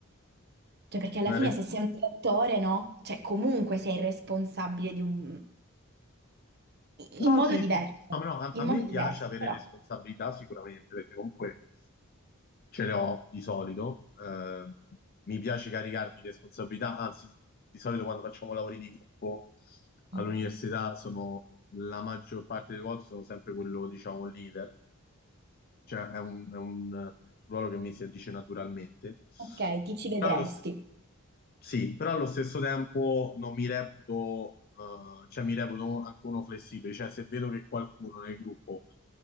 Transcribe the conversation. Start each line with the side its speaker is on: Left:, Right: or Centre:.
Right: Cioè, perché alla
Left: una
Right: fine se sei un direttore, no? Cioè, comunque sei responsabile di un...
Left: No,
Right: in modo
Left: sì,
Right: diverso.
Left: sì. No, no, a,
Right: In
Left: a
Right: modo
Left: me
Right: diverso,
Left: piace avere
Right: però.
Left: responsabilità sicuramente, perché comunque ce le ho di solito. eh, mi piace caricarmi di responsabilità, anzi, di solito quando facciamo lavori di gruppo all'università
Right: Mm.
Left: sono la maggior parte delle volte sono sempre quello, diciamo, leader, cioè è un, è un ruolo che mi si addice naturalmente.
Right: Ok, ti ci vedresti.
Left: Però allo stesso sì, però allo stesso tempo non mi reputo, eh, cioè mi reputo anche uno flessibile, cioè se vedo che qualcuno nel gruppo